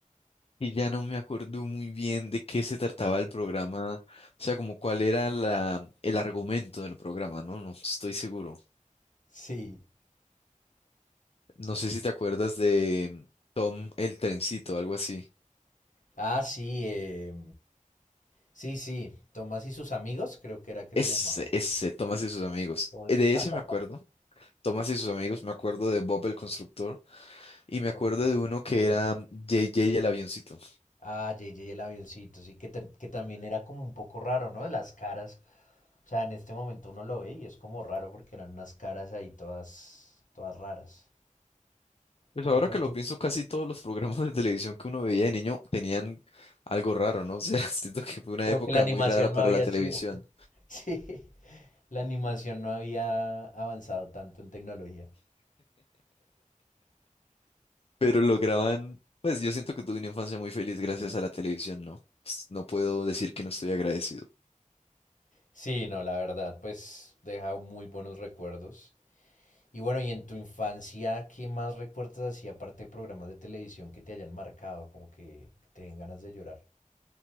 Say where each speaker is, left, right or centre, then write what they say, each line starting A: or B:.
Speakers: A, on the left (about 45°); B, on the left (about 70°).
A: Y ya no me acuerdo muy bien de qué se trataba el programa, o sea, como cuál era la, el argumento del programa, ¿no? No estoy seguro.
B: Sí.
A: No sé si te acuerdas de Tom el Trencito, algo así.
B: Ah, sí, eh, sí, sí. Tomás y sus amigos, creo que era que
A: Ese,
B: se llamaba.
A: ese, Thomas y sus amigos.
B: Tomás
A: Eh, De
B: y sus <laughs>
A: ese me acuerdo. Thomas y sus amigos, me acuerdo de Bob el Constructor y me acuerdo
B: amigos, constructor.
A: de uno que era JJ el avioncito.
B: Ah, JJ el avioncito, sí, que, ta- que también era como un poco raro, ¿no? Las caras. O sea, en este momento uno lo ve y es como raro porque eran unas caras ahí todas, todas raras.
A: Pues
B: Un poco
A: ahora
B: pertur-
A: que lo pienso, casi todos los programas de televisión que uno veía de niño tenían algo raro, ¿no? O sea, <laughs> siento que fue una
B: Como
A: época
B: que la animación
A: muy rara para
B: no había
A: la televisión.
B: sido. <laughs> Sí, la animación no había avanzado tanto en tecnología.
A: Pero lograban, pues yo siento que tuve una infancia muy feliz gracias a la televisión, ¿no? Pues, No puedo decir que no estoy agradecido.
B: Sí, no, la verdad, pues deja muy buenos recuerdos. Y bueno, y en tu infancia, ¿qué más recuerdas así, aparte de programas de televisión que te hayan marcado, como que, que te den ganas de llorar?